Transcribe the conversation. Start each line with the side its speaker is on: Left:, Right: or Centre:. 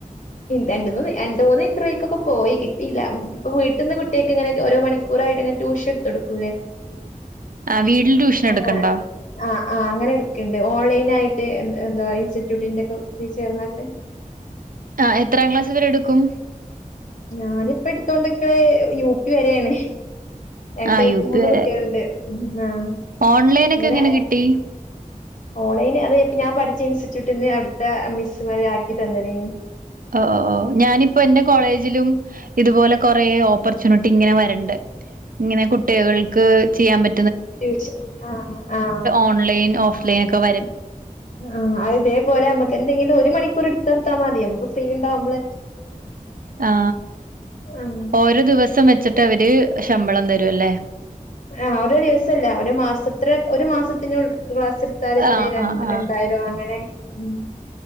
Left: രണ്ട് മൂന്ന് രണ്ട് മൂന്ന് ഇന്റർവ്യൂ ക്കൊക്കെ പോയി കിട്ടീല്ല ഓ വീട്ടന്ന് കുട്ടികക്കെങ്ങനാ ഓരോ മണിക്കൂറായിട്ട് ഇങ്ങനെ ട്യൂഷൻ എടുത്ത് കൊടുക്കൂലേ
Right: ആഹ് വീട്ടിൽ ട്യൂഷൻ എടുക്കണ്ടോ
Left: അങ്ങനെ ആഹ് -ആഹ് അങ്ങനെ എടുക്ക തെ ഓൺലൈൻ ആയിട്ട് എ എന്തുവാ ഇൻസിറ്റ്യൂട്ടിന്റെ ഒക്കെ ഇതി ചേർന്നട്ട്
Right: ആഹ് എത്രാം ക്ലാസ്സ് വരെ എടുക്കും
Left: ഞാനിപ്പ എടുത്തോണ്ടിക്കണേ യു പി വരെയാണ് രണ്ട്
Right: ആഹ് യു
Left: മൂന്ന്
Right: പി വരെ
Left: കുട്ടികളുണ്ട് മ്മ് ആഹ്
Right: ഓൺലൈൻ
Left: ഇങ്ങനെ
Right: ഒക്കെ എങ്ങനെ കിട്ടി
Left: ഓൺലൈൻ അത് ഇപ്പ ഞാൻ പഠി ഇൻസ്റ്റിറ്റ്യൂട്ടിന്റെ അവിടത്തെ മിസ്സ്‌മാര് ആക്കി തന്നിര്
Right: ഒ ഓ ഓ ഞാനിപ്പം എന്റെ കോളേജില് ലും ഇതുപോലെ കൊറേ ഓപ്പർച്യൂണി ഇങ്ങനെ വരണ്ട് ഇങ്ങനെ കുട്ടികൾക്ക് ചെയ്യാൻ പ
Left: ടീച്ചർ ആ ആ ആ
Right: ഓൺലൈൻ, ഓഫ്‌ലൈൻ ഒക്കെ വരും.
Left: ആ അത് ഇതേപോലെ നമുക്ക് എന്തെങ്കിലും ഒരു മണിക്കൂർ എടുത്ത് കൊടുത്ത് മതി നമ്മക്ക് ഫ്രീ ഉണ്ടാവുമ്പോൾ
Right: ആ
Left: ആഹ്
Right: ഓരോ ദിവസം വെച്ചിട്ട് അവര് ശമ്പളം തരും അല്ലേ
Left: അ ഓരോ ദിവസം അല്ല ഒരു മാസം ഇത്ര ഒരു മാസത്തുനുള്ളിൽ ഒരു ക്ലാസ്സ്‌ എടുത്താൽ എത്രെയാ
Right: ആഹ്
Left: രണ്ട്
Right: ആഹ്
Left: രണ്ടായിരോ
Right: ആഹ്.
Left: അങ്ങനെ ഉം